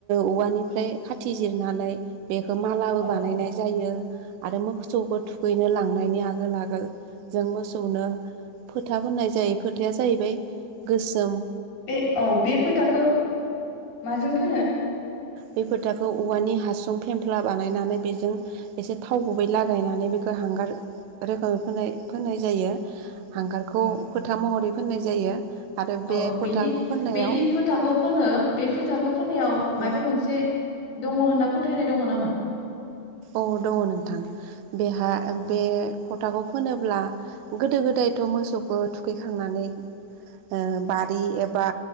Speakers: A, on the right (about 85°); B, on the left (about 50°).
A: औवानिफ्राय खाथिजिरनानै बेखौ मालाबो
B: औ
A: बानायनाय
B: औ
A: जायो आरो मोसौखौ थुखैनो लांङो थांनायनि आगोल आगोल जों मोसौनो फोथा फोननाय जायो फोथाया जाहैबाय गोसोम
B: बे औ बे फोथाखो माजों फोनो
A: बे फोथाखौ औवानि हासुं फेमफ्ला बानायनानै बिजों थाव गुबै लागायनानै बिखौ हांगार रोखोमै फोन-फोननाय जायो। हांगारखौ
B: अ
A: फोथा महरै फोननाय जायो आरो
B: अ
A: बे फोथाखौ
B: बेदि
A: फोननायाव
B: बेदि फोथाखौ ‌ फोनो बे फोथाखौ फोननायाव
A: औ
B: मायबा मोनसे दङ होनना फोथायनाय दङ नामा
A: औ दङ नोंथां बेहा
B: अ
A: बे फोथाखौ फोनोब्ला गोदो गोदायथ' मोसौखौ थुखैखांनानै ओ बारि एबा